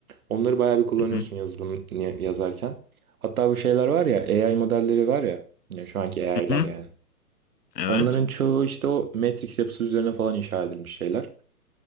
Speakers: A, on the right; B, on the left.
A: Onları bayağı bir kullanıyorsun
B: Hı hı
A: yazılım yazarken. Hatta bu şeyler var ya AI modelleri var ya. ya şu anki AI'lar
B: hı. hı.
A: yani.
B: Evet.
A: Onların çoğu işte o Matrix yapısı üzerine falan inşa edilmiş şeyler.